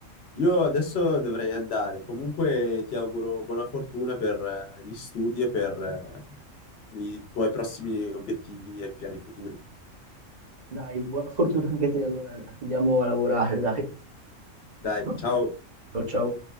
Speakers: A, on the left; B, on the right.
A: io adesso dovrei andare. Comunque ti auguro buona fortuna per eh, gli studi e per eh, i tuoi prossimi obiettivi e piani futuri.
B: Dai, buona fortuna anche a te, allora andiamo a lavorare, dai.
A: Dai,
B: <coughs>
A: ciao.
B: <clears throat> Ciao, ciao.